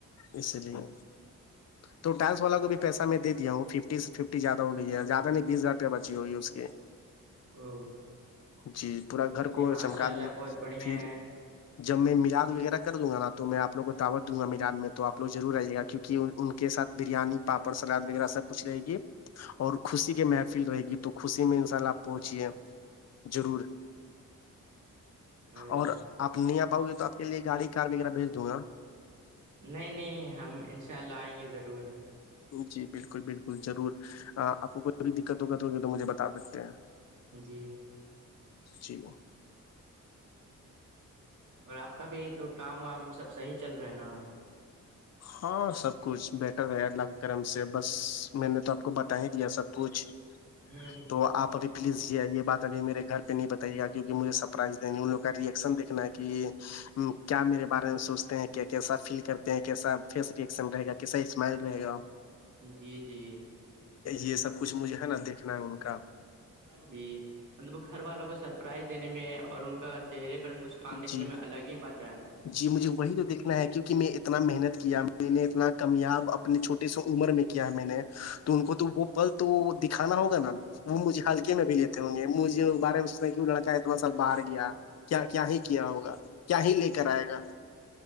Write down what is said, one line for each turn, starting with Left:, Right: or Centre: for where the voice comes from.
Left: اس لیے تو ٹلس والا کو بھی پیسہ میں دیا ہ ففٹی سے ففٹی زیادہ ہو گئی ہے زیادہ نہیں بیس ہزار روپ بچی ہوگی اس کی
Right: او
Left: جی پورا گھر
Right: یہ
Left: کو
Right: ماشاء
Left: چمکا
Right: اللہ
Left: دوں گا
Right: بہت بڑھیا
Left: پھر
Right: ہے
Left: جب میں میلاد وغیرہ کر دوں گا نا تو میں آپو کو دعوت دوں گا ملاعد توپ لوگضرور رہ جے گا کیوںک ان کے ساتھ بریانی پاپڑ سلاد وغیرہ سب کچھ رہے گی اور خوشی کے محفل رہے گی تو خوشی میں ان شاء ال آپ پہنچیے ضرور
Right: او
Left: اور آپ نہیں آ پاؤ گے تو آپ کے لیے گاڑی کار وغیرہ بھیج دوں گا
Right: نہیں نہیں ہم ان شاء اللہ آئیں گے ضرور
Left: جی بالکل بالکل ضرور آپ کو کوئیھی دقت وقت ہوگی تو مجھے بتا سکتے ہیں
Right: جی
Left: جی
Right: اور آپ کا بھی تو کام وام سب صحیح چل رہا ہے نا
Left: ہاں سب کچھ بہٹر ہے الگ گم سے بس میں نے تو آپ کو ہے دیا سب کچھ
Right: نا
Left: تو آپ ابھی پلیز یہ یہ بات ابھی میرے گھر پہ نہیں بتائی گا کیکہ مجھے سرپرائز دینی ان لوگ کا ریئیکشن دیکھنا کہ یہ کیا میرے بارے میں سوچتے ہیں کیا کیسا فیل کرتے ہیں کیسا فیس ریکشن رہےا کیسا اسمائل رہے گا
Right: جی جی
Left: یہ سب کچھ مجھے ہے نا دیکھنا ہے ان کا
Right: جی مطلب گھر والوں کو سرپرائز دینے میں اور ان کا چہرے پہ پھر مسکان دیکھنے
Left: جی
Right: میں الگ ہی مزہ آ ہے
Left: جی مجھے وہی تو دیکھنا ہے کیونکہ میں اتنا محنت کیا میں نے اتنا کمیاب اپنے چھوٹے سو عمر میں کیا ہے میں نے تو ان کو تو وہ پل تو دکھانا ہوگا نا وہ مجھے ہلکے میں بھی لیتے ہوں گے مجھے بارے میں سوچنا کہ وہ لڑکا اتنا سا باہر گیا کیا کیا ہی کیا ہوگا کیا ہی لے کر آئے گا